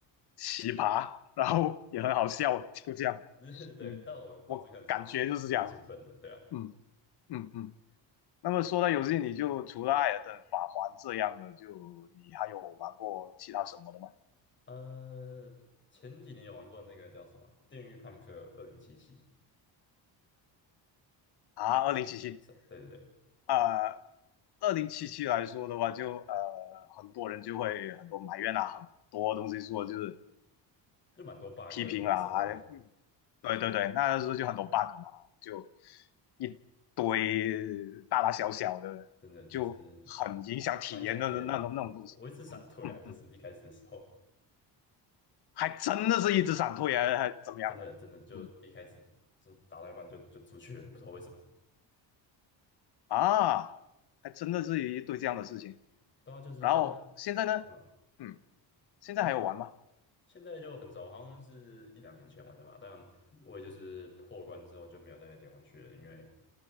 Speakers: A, on the left (about 60°); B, on the left (about 25°).
A: 奇葩，然后也很好笑，就这样。
B: 就是 <laughs> 对。
A: 嗯，
B: 但我当时看的时候也是蛮兴奋的，
A: 我感觉就是这样。
B: 对啊。
A: 嗯嗯嗯。那么说到游戏，你就除了《艾尔登法环》这样的，就你还有玩过其他什么的吗？
B: 呃，前几年有玩过那个叫什么《电狱判客二零七七》，
A: 啊，二零七七
B: 是，对对对，
A: 啊，二零七七来说的话就，呃，很多人就会很多埋怨啊，很多东西说就是
B: 就蛮多 bug，
A: 批评啊，
B: 的我那时候
A: 还嗯
B: <laughs>
A: 对对对，那时候就很多 bug 嘛，就一堆大大小小的，
B: 真的就是
A: 就很影响体验的那种那种那种东西。
B: 蛮想体验的。我一直闪退啊，
A: 嗯嗯，
B: 就是一开始的时候，
A: 还真的是一直闪退啊，还怎么样的？
B: 真的真的就一开始就打到一半就就出去了，
A: 嗯。
B: 不知道为什么。
A: 啊，还真的是一堆这样的事情。
B: 对啊，就是但
A: 然后现在呢，
B: 嗯，
A: 嗯，现在还有玩吗？
B: 就现在就很少，好像是一两年前玩的吧。但我也就是破关之后就没有再点回去了，因为